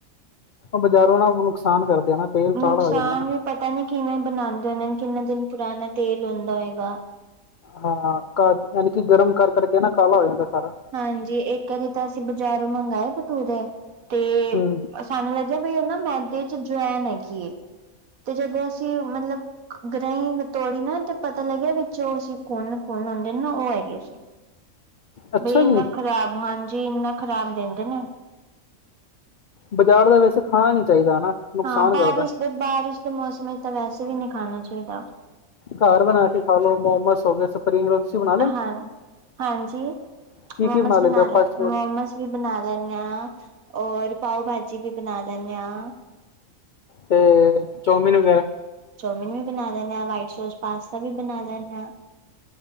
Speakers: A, on the left; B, on the right.
A: ਬਜ਼ਾਰੋਂ ਨਾ ਨੁਕਸਾਨ ਕਰਦੇ ਆ ਨਾ। ਤੇਲ ਕਾਲਾ
B: ਨੁਕਸਾਨ
A: ਹੋ ਜਾਂਦਾ ਨਾ।
B: ਵੀ ਪਤਾ ਨੀ ਕਿਵੇਂ ਬਣਾਦੇ ਨੇ ਕਿੰਨੇ ਦਿਨ ਪੁਰਾਣਾ ਤੇਲ ਹੁੰਦਾ ਹੋਏਗਾ।
A: ਹਾਂ ਕਾ ਯਾਨੀ ਕੀ ਗਰਮ ਕਰ ਕਰਕੇ ਨਾ ਕਾਲਾ ਹੋ ਜਾਂਦਾ ਸਾਰਾ।
B: ਹਾਂਜੀ ਇੱਕ ਵਾਰੀ ਤਾਂ ਅਸੀਂ ਬਾਜ਼ਾਰੋਂ ਮੰਗਾਏ ਭਟੂਰੇ, ਤੇ
A: ਹੂੰ।
B: ਸਾਨੂੰ ਲੱਗਿਆ ਬਈ ਉਹ ਨਾ ਮੈਦੇ 'ਚ ਜਵੈਨ ਹੈਗੀ ਏ। ਤੇ ਜਦੋਂ ਅਸੀਂ ਮਤਲਬ ਗਰਾਈ ਤੋੜੀ ਨਾ ਤੇ ਪਤਾ ਲੱਗਿਆ ਵਿੱਚ ਉਹ ਸੀ ਕੁਨ ਕੋਨ ਹੁੰਦੇ ਨਾ ਉਹ ਹੈਗੇ ਸੀ।
A: ਅੱਛਾ
B: ਬਈ ਇੰਨਾ
A: ਜੀ,
B: ਖ਼ਰਾਬ ਹਾਂਜੀ ਇੰਨਾ ਖ਼ਰਾਬ ਦਿੰਦੇ ਨੇ।
A: ਬਾਜ਼ਾਰ ਦਾ ਵੈਸੇ ਖਾਣਾ ਨੀ ਚਾਹੀਦਾ ਹਨਾ। ਨੁਕਸਾਨ
B: ਹਾਂ ਬਾਰਿਸ਼
A: ਕਰਦਾ।
B: ਦੇ ਬਾਰਿਸ਼ ਦੇ ਮੌਸਮ ਵਿੱਚ ਤਾਂ ਵੈਸੇ ਵੀ ਨੀ ਖਾਣਾ ਚਾਹੀਦਾ।
A: ਘਰ ਬਣਾ ਕੇ ਖਾ ਲੋ ਮੋਮੋਸ ਹੋ ਗਏ ਸ <unintelligible>
B: ਹਾਂ, ਹਾਂਜੀ
A: ਕੀ-ਕੀ
B: ਮੋਮਸ
A: ਲੈਂਦੇ
B: ਬਣਾ
A: ਹੋ
B: ਲੇ
A: ਫਾਸਟ ਫੂਡ
B: ਮੋਮਸ ਵੀ ਬਣਾ ਲੈਂਨੇਂ ਆਂ, ਔਰ ਪਾਓ-ਭਾਜੀ ਵੀ ਬਣਾ ਲੈਂਨੇਂ ਆਂ।
A: ਤੇ, ਚੌਮੀਨ ਵਗੈਰਾ?
B: ਚੌਮਿਨ ਵੀ ਬਣਾ ਲੈਂਣੇ ਆਂ ਵਾਈਟ ਸੌਸ ਪਾਸਤਾ ਵੀ ਬਣਾ ਲੈਂਣੇ ਆਂ।